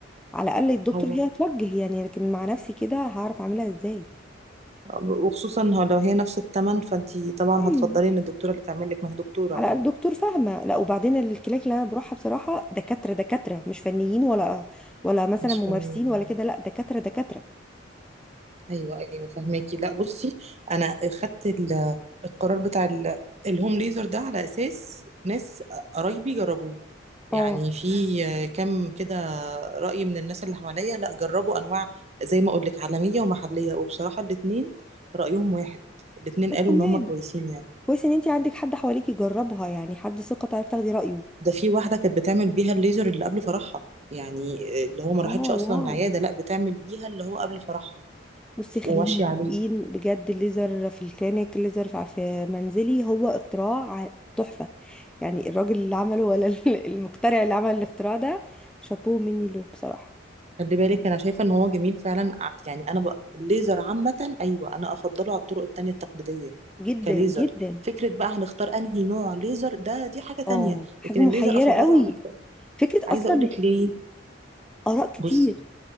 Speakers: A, in the centre; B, on the right (about 35°).
A: على الاقل الدكتور
B: هو
A: هي توجه يعني لكن مع نفسي كده هعرف اعملها ازاي
B: وخصوصا هو لو هي نفس الثمن فانتي طبعا
A: مم.
B: هتفضلي ان الدكتوره اللي تعمل لك ما هي دكتوره
A: على
B: يعني
A: الاقل دكتور فاهمه لا وبعدين الكلاك اللي انا بروحها بصراحه دكاتره دكاتره مش فنيين ولا ولا مثلا
B: مش
A: ممارسين
B: فن
A: ولا كده لا دكاتره دكاتره
B: ايوه ايوه فهماكي لا بصي انا خدت ال- القرار بتاع ال- الهوم ليزر ده على اساس ناس قرايبي جربوه يعني
A: اه
B: في كم كده رأي من الناس اللي حواليا لا جربوا انواع زي ما اقول لك عالمية ومحلية وبصراحة الاتنين رأيهم واحد الاتنين
A: طب
B: قالوا
A: تمام
B: ان هم كويسين يعني
A: كويس ان انت عندك حد حواليكي يجربها يعني حد ثقه تعرف تاخدي رايه
B: ده في واحدة كانت بتعمل بيها الليزر اللي قبل فرحها يعني اللي هو ما راحتش
A: اه
B: اصلا
A: واو
B: عيادة لا بتعمل بيها اللي هو قبل فرحها
A: بصي خلينا
B: وماشية
A: متفقين
B: عليه
A: بجد الليزر في الكلينيك الليزر في في منزلي هو اختراع ع- تحفه يعني الراجل اللي عمله ولا ال- <laughs> المخترع اللي عمل الاختراع ده شابوه مني له بصراحة
B: خلي بالك انا شايفة ان هو جميل فعلا ع- يعني انا بقى الليزر عامة ايوه انا افضله على الطرق التانية التقليدية
A: جدا
B: كليزر
A: جدا
B: فكرة بقى هنختار انهي نوع ليزر ده دي حاجة تانية
A: اه حاجة
B: لكن
A: محيرة
B: الليزر افضله
A: قوي
B: عن الت-
A: فكرة
B: عايزة
A: اصلا
B: اقول لك ليه
A: اراء كتير
B: بصي